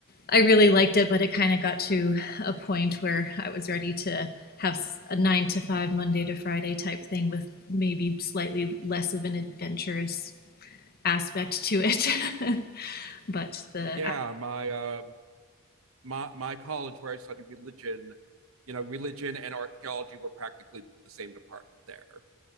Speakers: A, on the left; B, on the right.
A: I really liked it, but it kind of got to a point where I was ready to have a a nine to five, Monday to Friday type thing with maybe slightly less of an adventurous aspect to it. <laughs> But the,
B: yeah my um my my college where i studied religion you know religion and archaeology were practically the same department there